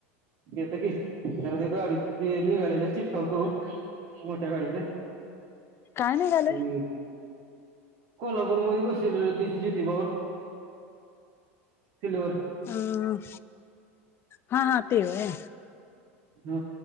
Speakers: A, on the right (about 55°); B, on the left (about 30°).
A: येत की जरा ते गाडीच ते निघालेले चीटकवतो मोठ्या गाडीच
B: काय नाही झालंय
A: हि कोल्हापूर मध्ये बशिविली ती ज्योतीबार सिल्वर.
B: ह्म. हा हा ते होय.
A: हो